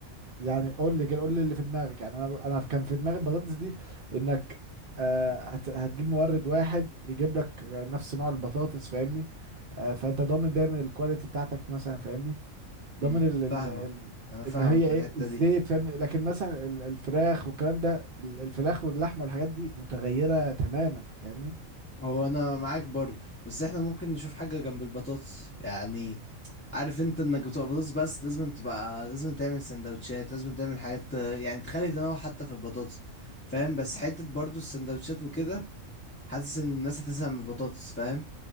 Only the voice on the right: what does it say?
يعني قول لي كده قول لي اللي في دماغك يعني انا انا كان في دماغي البطاطس دي انك آه، هت- هتجيب مورد واحد يجيب لك آه، نفس نوع البطاطس فاهمني آه، فانت ضامن دايما الكواليتي بتاعتك مثلا فاهمني
ضامن ال ال
ال
ان هي
ايه
الزيت
فاهمني لكن مثلا ال- الفراخ والكلام ده ال- الفراخ واللحمه والحاجات دي متغيره تماما فاهمني